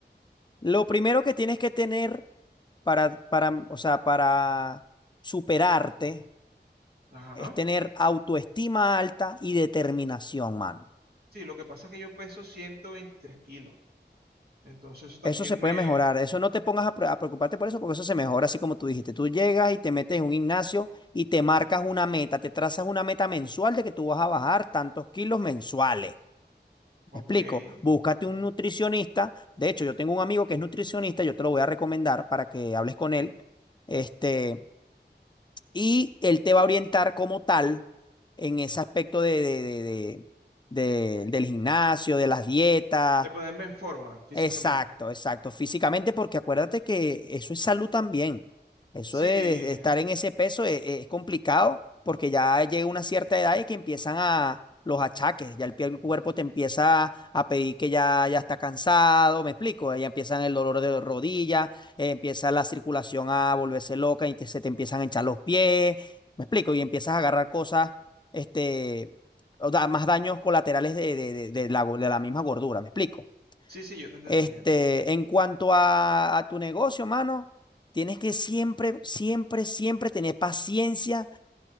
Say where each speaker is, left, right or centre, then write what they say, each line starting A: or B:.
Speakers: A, on the left (about 25°); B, on the right (about 60°).
A: Lo primero que tienes que tener para, para, o sea, para superarte
B: Ajá.
A: es tener autoestima alta y determinación, mano.
B: Sí, lo que pasa es que yo peso 123 kilos, entonces eso también
A: Eso se puede
B: me...
A: mejorar. Eso no te pongas a, pre- a preocuparte por eso, porque eso se mejora, así como tú dijiste. Tú llegas y te metes en un gimnasio y te marcas una meta, te trazas una meta mensual de que tú vas a bajar tantos kilos mensuales.
B: Ok,
A: Me explico, búscate
B: ok.
A: un nutricionista. De hecho, yo tengo un amigo que es nutricionista, yo te lo voy a recomendar para que hables con él. Este, y él te va a orientar como tal en ese aspecto de, de- de- de- de- del gimnasio, de las dietas,
B: De ponerme en forma físicamente.
A: Exacto, exacto. Físicamente, porque acuérdate que eso es salud también. Eso
B: Sí,
A: de, de- de estar en ese peso es, es complicado porque ya llega una cierta edad y que empiezan a los achaques. Ya el, pie- el cuerpo te empieza a pedir que ya, ya está cansado, ¿me explico? Ya empiezan el dolor de las rodillas, eh, empieza la circulación a volverse loca y te- se te empiezan a hinchar los pies, ¿me explico? Y empiezas a agarrar cosas, este, o da, más daños colaterales de, de de- de la, go- de la misma gordura, ¿me explico?
B: sí, sí, yo te estoy
A: Este,
B: entendiendo.
A: en cuanto a, a tu negocio, mano, tienes que siempre, siempre, siempre tener paciencia,